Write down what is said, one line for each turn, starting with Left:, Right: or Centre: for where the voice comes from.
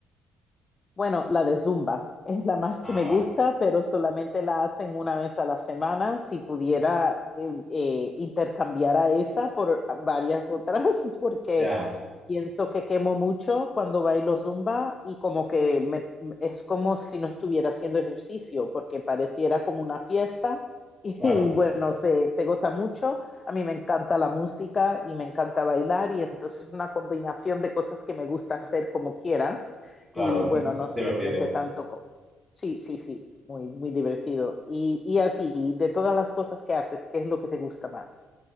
Left: Bueno, la de Zumba es la más
Centre: Ah,
Left: que me
Centre: vale.
Left: gusta, pero solamente la hacen una vez a la semana. Si pudiera eh, eh, intercambiar a esa por varias otras, <laughs> porque
Centre: Ya,
Left: pienso que quemo mucho cuando bailo Zumba y como que me- es como si no estuviera haciendo ejercicio, porque pareciera como una fiesta <laughs> y,
Centre: claro,
Left: bueno, se, se goza mucho. A mí me encanta la música y me encanta bailar y entonces es una combinación de cosas que me gusta hacer como quiera
Centre: claro,
Left: y
Centre: es
Left: bueno,
Centre: más
Left: no se
Centre: divertido.
Left: siente tanto como... Sí, sí, sí, muy, muy divertido. Y, y a ti, de todas las cosas que haces, ¿qué es lo que te gusta más?